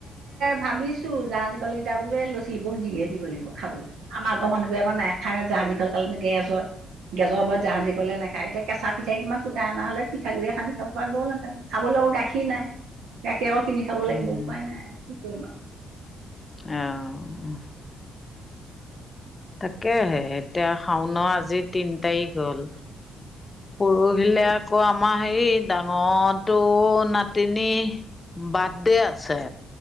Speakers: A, on the right; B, on the left.
A: ভাবিছো জাহাজী কল কেইটা বোলো এই ল'ৰা ছাৱালী কেইটাক দিয়ে দিব লাগিব খাবলৈ। আমাৰ ঘৰৰ মানুহবোৰে আকৌ নাখায় নহয় জাহাজী কল খালে ন গেছ হয়। গেছৰ ভয়ত জাহাজী কলে নাখায় এতিয়া কেঁচা পিঠাই অকণমান কূটাই অনা হ'লে পিঠাগুৰিৰে সানি খাব পৰা গ'ল হেঁতেন। খাবলৈ আকৌ গাখীৰ নাই গাখীৰ আকৌ কিনি খাব
B: উম।
A: লাগিব উপায় নাই কি কৰিম আৰু
B: অহ তাকে হে এতিয়া শাওনৰ আজি তিনি তাৰিখ হ'ল। পৰহিলে আকৌ আমাৰ হেৰি ডাঙৰটো নাতিনী বাৰ্থডে আছে।